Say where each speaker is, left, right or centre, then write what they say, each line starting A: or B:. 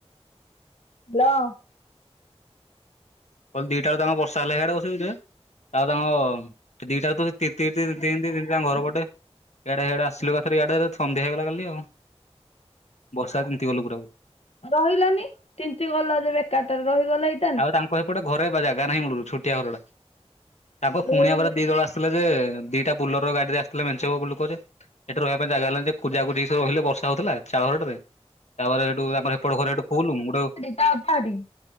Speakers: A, on the left; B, on the left.
A: hello.
B: କହିଲି ଦିଟା ବେଳକୁ ତାଙ୍କର ବର୍ଷା ହେଲା ଇଆଡ଼େ ବସିକି ଯେ, ତାପରେ ତାଙ୍କ ଦିଟାରୁ ତ ତିନ୍ତି ତିନ୍ତି ତିନ୍ତି ତିନ୍ତି ତିନ୍ତି ତାଙ୍କ ଘର ପଟେ ଇଆଡ଼େ ଇଆଡ଼େ ଆସିଲୁ ଏକାଥରେ ଇଆଡ଼େ ତ ସନ୍ଧ୍ୟା ହେଇଗଲା କାଲି ଆଉ। ବର୍ଷାରେ ତିନ୍ତି ଗଲୁ ପୁରା ପୁରି।
A: ରହିଲନି, ତିନ୍ତି ଗଲ ଯେ ବେକାରଟାରେ ରହିଗଲେ ଏ
B: ଆଉ ତାଙ୍କ ସେପଟେ ଘରେ ବା ଜାଗା ନାହିଁ ମୁଳୁରୁ, ଛୋଟିଆ ଘରଟା। ତାଙ୍କ
A: ଦୁଇ
B: କୁଣିଆ ପରା ଦି ଦଳ ଆସିଥି ସିଥିଲେ ଯେ, ଦିଟା ବୋଲଲରର ଗାଡ଼ିରେ ଆସିଥିଲେ ମେଞ୍ଚେ ବାକୁ ଲୋକ ଯେ ସେଠି ରହିବା ପାଇଁ ଜାଗା ହେଲାନି ଯେ, କୁଜା କୁୁଜି ହେଇକି ସବୁ ରହିଲେ ବର୍ଷା ହଉଥିଲା, ଚାଳ ଘରଟାରେ। ତାପରେ ଟୁ ତାଙ୍କର ସେପଟ ଘରେ ସେଠୁ ଫୁଲୁ, ଉମ୍ ଗୋଟେ
A: <unintelligible>